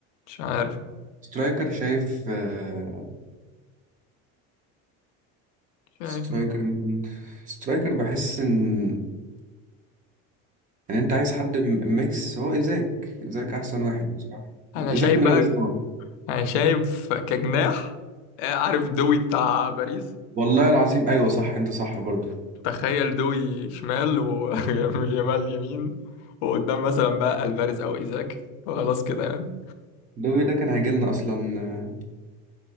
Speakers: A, on the left (about 80°); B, on the right (about 25°).
A: مش عارف
B: سترايكر شايف آه،
A: شايف
B: سترايكر مين سترايكر بحس ان ان انت عايز حد م- ميكس هو ايزاك ايزاك احسن واحد بصراحة
A: انا
B: ايزاك
A: شايف
B: من
A: بقى
B: غير اصابات
A: انا شايف كجناح آه، عارف دوي بتاع باريس
B: والله العظيم ايوه صح انت صح برضه
A: تخيل دوي شمال ويمال <laughs> يمين وقدام مثلا بقى الفاريز او ايزاك وخلاص كده يعني
B: الدوري ده كان هيجيلنا اصلا آه،